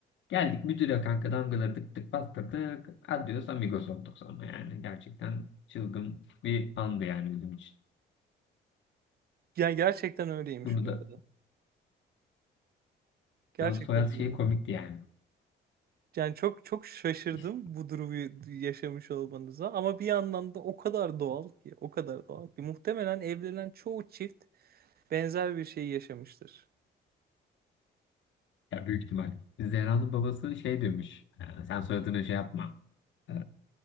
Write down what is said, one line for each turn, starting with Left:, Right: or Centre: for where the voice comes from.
Left: Geldik müdüre kanka damgaları tık tık bastırdık. Adios amigos olduk sonra yani. Gerçekten çılgın bir andı yani bizim için.
Right: Yani gerçekten öyleymiş
Left: Bunu
Right: bu
Left: da
Right: arada. Gerçekten
Left: O soyad
Right: öyleymiş.
Left: şey komikti yani.
Right: Yani çok çok şaşırdım
Left: İşte,
Right: bu durumu yaşamış olmanıza ama bir yandan da o kadar doğal ki, o kadar doğal ki muhtemelen evlenen çoğu çift benzer bir şey yaşamıştır.
Left: ya büyük ihtimal. Zehra'nın babası şey diyormuş. "Ee, Sen soyadını şey yapma. Ee,